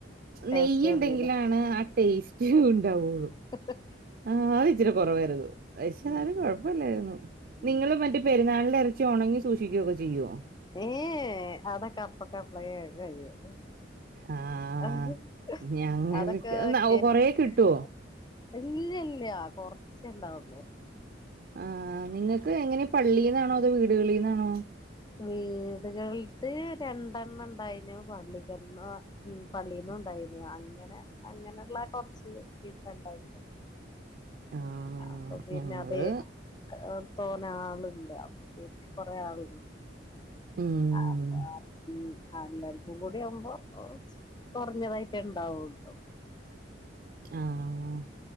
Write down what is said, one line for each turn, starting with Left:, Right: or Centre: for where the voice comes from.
Left: ടേസ്റ്റ്
Right: നെയ്യ്ണ്ടെങ്കിലാണ്
Left: വന്നീല്ലേ
Right: ആ ടേയ്സ്റ്റ് ഉണ്ടാവുള്ളൂ.
Left: ഹ് ഹ്.
Right: ആഹ്, അയ്ച്ചിരി കുറവായിരുന്നു. <unintelligible>
Left: ഉം
Right: <unintelligible> കൊഴ അപ്പല്ലായിര്ന്നു.
Left: ഉം
Right: നിങ്ങള് മറ്റെ പെര്ന്നാൾന്റെ എർച്ചി ഉണങ്ങി സൂക്ഷിക്കൊക്കെ ചെയ്യോ?
Left: ഏയ് ഏ അതൊക്കപ്പക്കപ്പളെ <unintelligible> കഴിയും.
Right: ആഹ്
Left: അഹ് ഹ,
Right: ഞങ്ങൾക്ക്
Left: അതൊക്കെ
Right: കൊറേ
Left: <unintelligible>
Right: കിട്ടുവോ
Left: ഇല്ല്യല്ല്യാ. കൊറച്ചെണ്ടാവ്ള്ളു.
Right: ആഹ്, നിങ്ങക്ക് എങ്ങനെ പള്ളീന്നാണോ അതോ വീടുകളീന്നാണോ?
Left: വീട്കൾത് രണ്ടെണ്ണംണ്ടായിനു പള്ളികന്നാ ഉം, പള്ളീന്നൂണ്ടായിന്നു അങ്ങനെ അങ്ങനെള്ള കൊർച്ച് ബീഫണ്ടായി <unintelligible>
Right: ആഹ്
Left: അപ്പൊ പിന്നെ
Right: ഞങ്ങള്
Left: അതേ ഏ തോന ആള്ണ്ട്. അപ്പൊ പിന്നെ കൊറേ ആള്ണ്ട്.
Right: ഉം.
Left: ആഹ് <unintelligible> ഉം. ആല്ലാര്ക്കും കൂട്യാവുമ്പോ ഓച്ച് കൊർഞ്ഞതായിട്ടെ ണ്ടാവൊള്ളൂ.
Right: ആഹ്.
Left: ഉം.